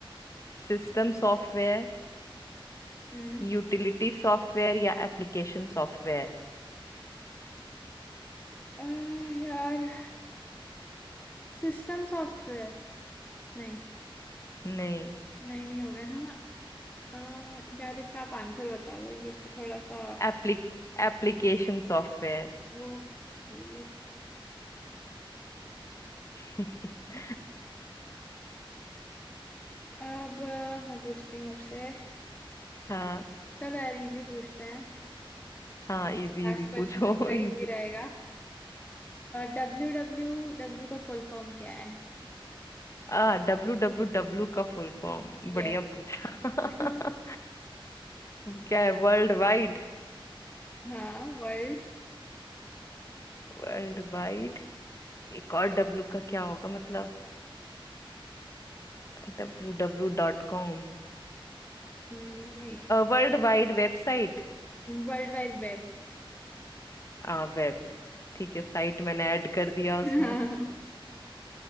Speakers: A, on the left; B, on the left.
A: सिस्टम सॉफ्टवेयर
B: हम्म
A: यूटिलिटी सॉफ्टवेयर या एप्लीकेशन सॉफ्टवेयर
B: अ, यार सिस्टम सॉफ्टवेयर नहीं
A: नहीं
B: नहीं नहीं हो गए हाँ अ, यार इसका आप आंसर बता दो ये तो थोड़ा सा
A: एप्ली एप्लीकेशन सॉफ्टवेयर
B: ओके
A: <laughs>
B: अब अ, मैं पूछती हूँ आपसे
A: हाँ
B: चलो यार इजी पूछते हैं
A: हाँ इजी
B: लास्ट
A: इजी
B: क्वेश्चन
A: पूछो
B: आपका
A: <laughs> इजी
B: इजी रहेगा डब्ल्यू डब्ल्यू डब्ल्यू का फुल फॉर्म क्या है
A: आ डब्लू डब्लू डब्लू का फुल फॉर्म बढ़िया
B: यस
A: पूछा
B: <laughs>
A: <laughs> क्या है वर्ल्ड वाइड
B: हाँ वर्ल्ड
A: वर्ल्ड वाइड एक और डब्लू का क्या होगा मतलब W W dot com
B: नहीं
A: World wide website
B: वर्ल्ड वाइड वेब
A: आ, वेब ठीक है साइट मैंने ऐड कर दिया उसमें
B: हाँ <laughs>